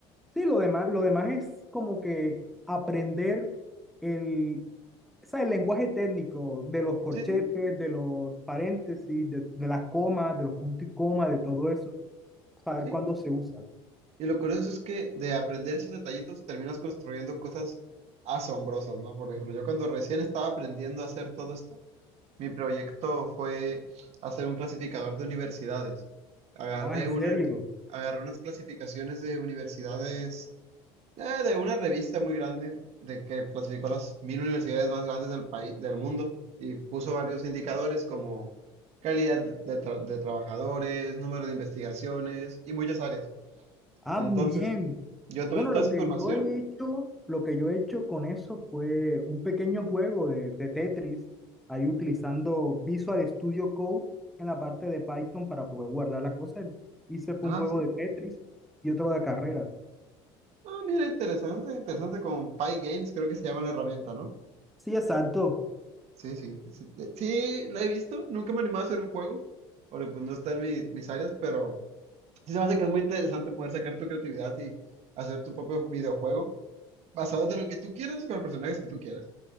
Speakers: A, in the centre; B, on the right.
A: sí, lo demás, lo demás es como que aprender el, o sea, el lenguaje técnico de los corchetes,
B: Sí, sí,
A: de los paréntesis, de, de las comas, de los puntos y comas, de todo eso, saber
B: sí.
A: cuándo se usa.
B: Y lo curioso es que de aprender esos detallitos terminas construyendo cosas asombrosas, ¿no? Por ejemplo, yo cuando recién estaba aprendiendo a hacer todo esto, mi proyecto fue hacer un clasificador de universidades. Agarré
A: Ah, en
B: una,
A: serio.
B: cl- agarré unas clasificaciones de universidades, eh, de una revista muy grande, de que clasificó las mil universidades más grandes del país, del mundo, y puso varios indicadores como calidad de de tra- de trabajadores, número de investigaciones y muchas áreas.
A: Ah,
B: Entonces,
A: muy bien.
B: yo tomé
A: Bueno,
B: toda
A: lo
B: esa
A: que
B: información.
A: yo he hecho, lo que yo he hecho con eso fue un pequeño juego de, de Tetris, ahí utilizando Visual Studio Code en la parte de Python para poder guardar las cosas. Hice fue
B: Ah,
A: un juego
B: sí.
A: de Tetris y otro de carreras.
B: Ah, mira, interesante, interesante con PyGames, creo que se llama la herramienta, ¿no?
A: Sí, exacto.
B: Sí, sí, sí, sí, la he visto, nunca me he animado a hacer un juego, porque pues no está en mi- mis áreas, pero sí se me hace que es muy interesante poder sacar tu creatividad y hacer tu propio videojuego basado en lo que tú quieras y con los personajes que tú quieras.